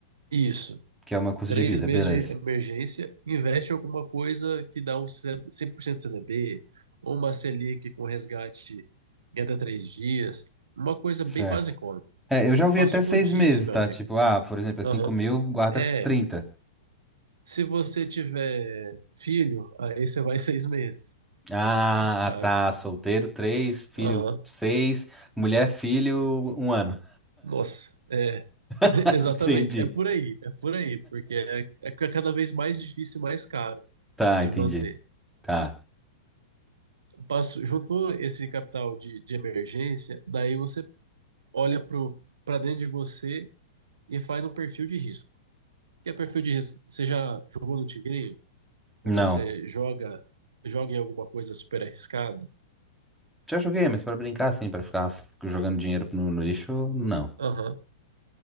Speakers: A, on the right; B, in the centre.
A: isso,
B: Que é uma custo
A: três
B: de vida,
A: meses
B: beleza.
A: de emergência, investe em alguma coisa que dá um 100% CDB, ou uma Selic com resgate em até três dias, uma coisa
B: Certo.
A: bem basicona.
B: É, eu já ouvi
A: Passou
B: até seis
A: disso,
B: meses,
A: meu
B: tá?
A: amigo.
B: Tipo, ah, por exemplo, é
A: Aham.
B: 5 mil, guardas
A: É,
B: trinta.
A: se você tiver filho, aí você vai <laughs> seis meses.
B: Ah,
A: sabe?
B: tá, solteiro, três, filho,
A: Aham.
B: seis, mulher, filho, um ano.
A: Nossa, é. <laughs>
B: <laughs>
A: Exatamente.
B: Entendi.
A: É por aí, é por aí, porque é, é cada vez mais difícil e mais caro
B: Tá,
A: de
B: entendi.
A: manter.
B: Tá.
A: Passo, juntou esse capital de, de emergência, daí você olha para dentro de você e faz um perfil de risco. O que é perfil de risco? Você já jogou no Tigrinho? Ou
B: Não.
A: você joga, joga em alguma coisa super arriscada?
B: Já joguei, mas pra brincar, assim, pra ficar f- jogando dinheiro no, no lixo, não.
A: Aham.